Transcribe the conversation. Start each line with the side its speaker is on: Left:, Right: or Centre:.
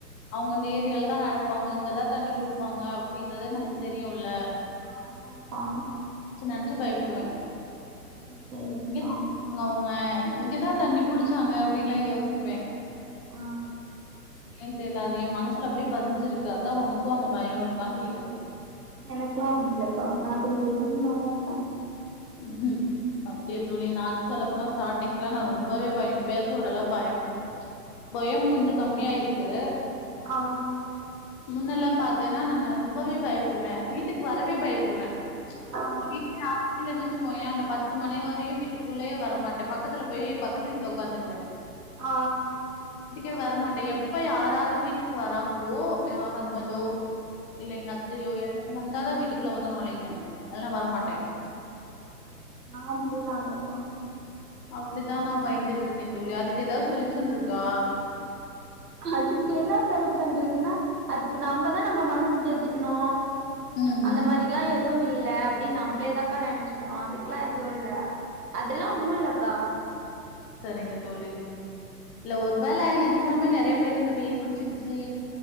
Left: அவுங்க இந்த ஏரியால தா நடப்பாங்க இங்கதா தண்ணி புடிப்பாங்க அப்டின்றது நமக்கு தெரியுல்ல
Right: ஆ ஆமாக்கா
Left: ச நெனச்சு பயப்படுவே
Right: சேரிங்க்கா
Left: இங்கிதா அவுங் <unintelligible> இங்கதா தண்ணி புடிச்சாங்க அப்டின்ல்லா யோசிப்பே
Right: ஆ
Left: ஏன் தெர்லா என் மனசுல அப்டியே பதிஞ்சிருக்கு அதா உனக்கும் அந்த பயம் இருக்கா கேக்கறே
Right: எனக்கெல்லா அப்டி இல்லக்கா நா கொஞ்ச தைரியம்மாதா இருப்பே
Left: ம் ம் அப்டியே தோழி நா சொல்ல போனா ஸ்டாட்டிங்லா நா ரொம்பவே பயம் ப்பயாச்சு ஓரளவு பயம் பயம் கொஞ்ச கம்மியா ஆயிருக்கு
Right: க்கா
Left: முன்னெல்லா பாத்தேன்னா நானு ரொம்பவே பயப்படுவே வீட்டுக்கு வரவே பயப்படுவே
Right: ஆ
Left: வீட்ல <inaudible> போய்யே அந்த பத்து மணி வரையு வீட்டுக்குள்ளயே வரமாட்டே பக்கத்துல போய் பக்கத்து வீட்ல ஓக்காந்துக்குவே
Right: ஆ
Left: வீட்டுக்கு வரா மாட்டே எப்ப யாரவது வீட்டுக்கு வரங் ஓ ஏ அ ஹஸ்பண்டோ இல்லைங்க அத்தையோ யாராவது வந்தாத வீட்டுக்குள்ள வந்து நுழைவே இல்லனா வரமாட்டே
Right: ஆ போவாங்க அக்கா
Left: அப்டிதா நா பயந்துட்டு இருக்கே தோழி அதுக்கு ஏதாவது சொல்யூஷன் இருக்கா
Right: அதுக்கு என்ன சொல்க்ஷன் இருக்குன்னா அதுக்கு நம்ப தா நம்ம மனசு தேத்திக்கணு
Left: ம்
Right: அந்த
Left: ம்
Right: மாரி எல்லா எதுவு இல்லா அப்டின்ன நம்பளேதாக்கா நெனைச்சுக்கணும் அதுக்கெல்லா எதுவு இல்ல அதெல்லா ஒன்னு இல்லக்கா
Left: சரிங்க தோழி இல்ல ஒரு வேல நிஜமானாலுமே நெறைய பேரு இந்த பேய் புடிச்சுச்சு